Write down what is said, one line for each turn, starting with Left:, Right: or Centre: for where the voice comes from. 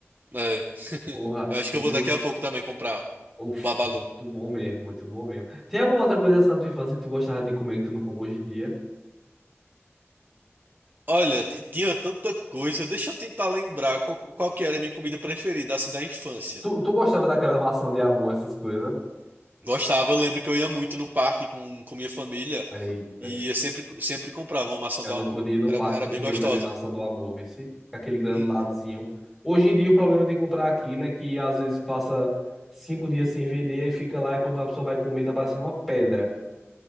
Right: É. <laughs>
Centre: Porra.
Right: Acho
Centre: E
Right: que eu vou
Centre: tu.
Right: daqui a pouco também comprar
Centre: Oxi,
Right: um babalu.
Centre: muito bom mesmo, muito bom mesmo. Tem alguma outra coisa assim na tua infância que tu gostava de comer que tu não come hoje em dia?
Right: Olha, t- tinha tanta coisa. Deixa eu tentar lembrar qual, qual que era a minha comida preferida, assim, da infância.
Centre: Tu, tu gostava daquela maçã de amor, essas coisas?
Right: Gostava, eu lembro que eu ia muito no parque com, com minha família.
Centre: Eita,
Right: E eu sempre, sempre comprava uma maçã
Centre: eu
Right: do
Centre: não
Right: amor.
Centre: podia ir no
Right: Era,
Centre: parque,
Right: era
Centre: eu
Right: bem
Centre: comia
Right: gostosa.
Centre: também maçã do amor, vê se com aquele granuladozinho.
Right: Hum,
Centre: Hoje em dia o problema de comprar aquilo é que às vezes passa cinco dias sem vender e fica lá e quando a pessoa vai comer tá parecendo uma pedra.